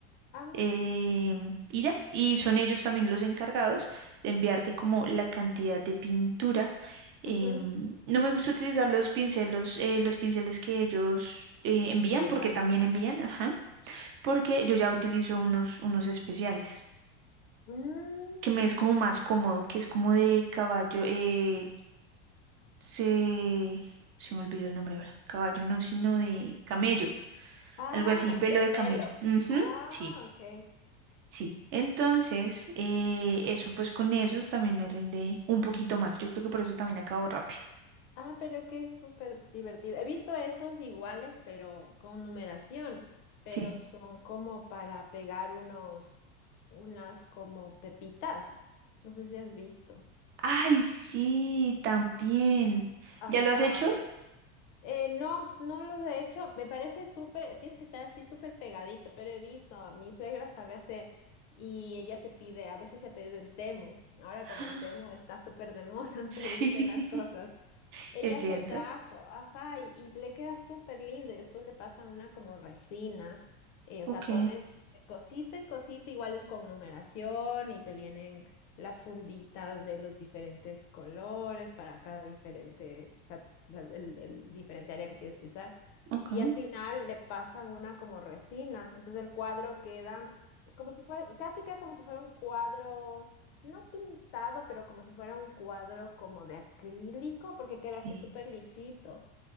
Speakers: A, on the left (about 50°); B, on the right (about 45°).
A: Ah,
B: Em, y ya, y son ellos también los encargados de enviarte como la cantidad de pintura. Em,
A: ujú,
B: no me gusta utilizar los pinceles, eh, los pinceles que ellos eh, envían,
A: Mandan,
B: porque también
A: ajá.
B: envían, ajá, porque yo ya utilizo unos, unos especiales
A: Mm.
B: que me es como más cómodo, que es como de caballo, eh, se, se me olvidó el nombre ahora, caballo no, sino de camello,
A: Ah,
B: algo así,
A: el,
B: pelo
A: el
B: de
A: pelo.
B: camello. Ujú,
A: Ah,
B: Sí,
A: ok.
B: sí. Entonces, eh, eso pues con esos también me rinde un poquito más. Yo creo que por eso también acabo rápido.
A: Ah, pero que es súper divertido. He visto esos iguales, pero con numeración, pero
B: Sí.
A: son como para pegar unos, unas como pepitas. No sé si has visto.
B: Ay, sí, también.
A: Ajá.
B: ¿Ya lo has hecho?
A: Eh, no, no los he hecho. Me parece súper, tienes que estar así súper pegadito, pero he visto, mi suegra sabe hacer y ella se pide, a veces se ha pedido en Temu. Ahora
B: <gasps>
A: como en Temu está súper de moda <laughs>
B: Sí,
A: pedirse las cosas.
B: <laughs>
A: Ella
B: es cierto.
A: se trajo, ajá, y, y le queda súper lindo y después le pasan una como resina, eh, o
B: Ok,
A: sea, pones de cosita en cosita, igual es con numeración y te vienen las funditas de los diferentes colores para cada diferente, o sea, la- el, el diferente área que tienes que usar
B: ok.
A: y al final le pasan una como resina. Entonces el cuadro queda como si fuera, casi queda como si fuera un cuadro, no pintado, pero como si fuera un cuadro como de acrílico, porque queda así
B: Sí.
A: súper lisito.